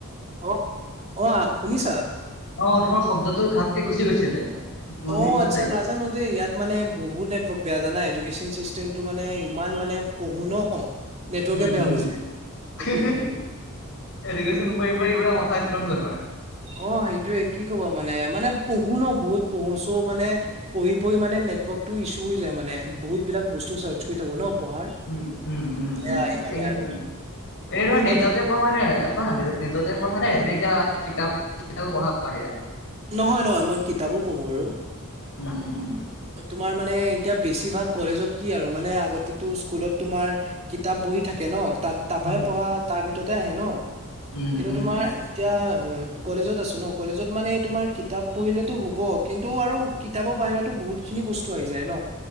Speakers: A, on the right; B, on the left.
A: অঁ আ শুনিছা।
B: অঁ তোমাৰ শব্দটো ঘাপকে গুচি গৈছিলে। দুই
A: অঁ
B: মিনিটত
A: আচ্ছা
B: আহিলে
A: নাজানোঁ দে ইয়াত মানে বহুত নেটৱৰ্ক। বহুত বেয়া জানা এডুকেচন চিষ্টেমটো মানে ইমান মানে পঢ়ো ন। নেটৱৰ্কে
B: উম
A: বেয়া
B: উম
A: হৈ যায় সেইটোৱে
B: হি হি
A: ফোনটো।
B: এডুকেশ্বন পঢ়ি পঢ়ি পুৰা মাথা। তেওঁলোকৰ।
A: অঁ সেইটোয়ে কি ক'ব মানে মানে পঢ়ো ন, বহুত পঢ়ো ছো মানে পঢ়ি পঢ়ি মানে নেটৱৰ্ক। নেটৱৰ্ক ইচু হৈ যায় মানে বহুত বিলাক বস্তু চাৰ্চ কৰি থাকো ন। পঢ়াৰ
B: উম উম উম
A: এয়া এইকাৰণে
B: উম।
A: আৰু
B: এইটো
A: বাকী
B: নেট তে পঢ়া নে চোৱা না নেট তে পঢ়া নে এনেকা। কিতাপ চিটা পঢ়া বাহিৰা।
A: নহয় নহয় মই কিতাপো পঢ়ো আৰু।
B: উম উম।
A: তোমাৰ মানে এতিয়া বেছিভাগ কলেজত কি আৰু মানে আগতেতো স্কুলত তোমাৰ কিতাপ। পঢ়ি থাকে ন তাত তাৰপৰা
B: উম
A: পঢ়া তাৰ ভিততে আহে ন
B: উম
A: কিন্তু
B: উম।
A: তোমাৰ এতিয়া। কলেজত আছোঁ ন কলেজত মানে তোমাৰ কিতাপ পঢ়িলেতটো হুব কিন্তু আৰু কিতাপৰ বাহিৰতো বহুত। খিনি বস্তু আহি যায় ন।